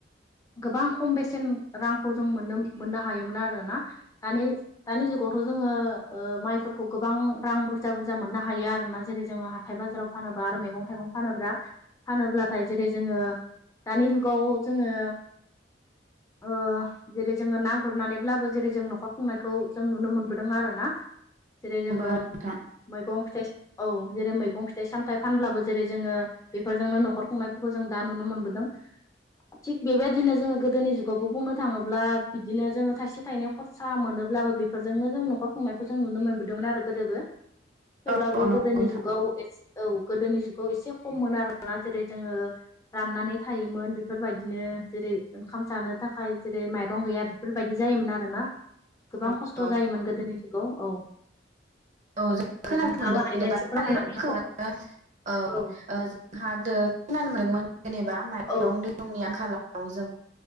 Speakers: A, on the left; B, on the right.
A: गोबां खम बेसेन रां खौ जों मोननो मोननो हायोमोन आरोना। दानि दानि जुगावथ' जोङो ओ माइफोरखौ गोबां रां बुरजा बुरजा मोननो हायो आरोना जेरै जोङो हा हाथाय बाजाराव फानोब्ला आरो मैगं थाइगं फानोब्ला फानोब्लाथाय जेरै जोङो दानि जुगाव जोङो ओ जेरै जोङो ना गुरनानैब्लाबो जेरै जों न'खर खुंनायखौ जों नुनो मोनबोदों आरो ना जेरै जोङो
B: नंगौ नोंथां
A: मैगं फिथाइ औ जेरै मैगं फिथाइ सामथाइ फानब्लाबो जेरै जोङो बेफोरजोंनो न'खर खुंनायफोरखौ जों दा नुनो मोनबोदों थिग बेबायदिनो जोङो गोदोनि जुगावबो बुंनो थाङोब्ला ब्ला बिदिनो जोङो थाइसे थाइनै खरसा मोनोब्लाबो बेफोरजोंनो जों न'खर खुंनायखौ जों नुनो मोनबोदोंमोन आरो गोदोबो थेवब्लाबो
B: औ औ नंगौ
A: गोदोनि
B: नोंथां
A: जुगाव एसे औ गोदोनि जुगाव एसे खममोन आरो जेरै जोङो राननानै थायोमोन बेफोरबायदिनो जेरै ओंखाम जानो थाखाय जेरै माइरं गैया बेफोरबायदि जायोमोन आरोना गोबां
B: नंगौ
A: खस्थ'
B: औ
A: जायोमोन गोदोनि जुगाव औ
B: औ जों खोनानो
A: नोंथाङाबो
B: मोनदों
A: हायोबा
B: जेनेबा
A: एसे फोरमायनानै
B: थालिर फोरखौनो औ
A: हो
B: आोंहा खोनानो मोनदोंमोन जेनेबा माइरं
A: औ
B: दैरंनि आंखालाव जों